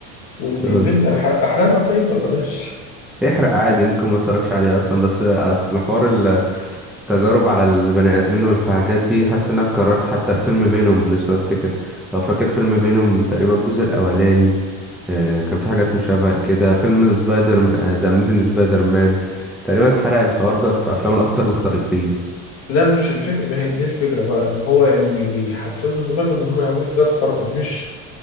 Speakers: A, on the left; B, in the centre.
A: وان
B: اه
A: البنت انا ح- احرق لك طيب ولا بلاش
B: احرق عادي ممكن ما اتفرجش عليه اصلا بس آه، اصل حوار ال- التجارب على البني ادمين والحاجات دي حاسس انها اتكررت حتى في فيلم فينوم لسه بفتكر لو فاكر فيلم فينوم تقريبا الجزء الاولاني آه، كان في حاجات مشابهة لكده فيلم سبايدر ذا أميزنج سبايدر مان تقريبا اتحرق الحوار ده في أفلام الأبطال الخارقين
A: لا مش الفكره ما هي دي الفكره بقى ان هو يعني بي- بيحفزوا الدماغ ان هم يعملوا حاجات خارقه مش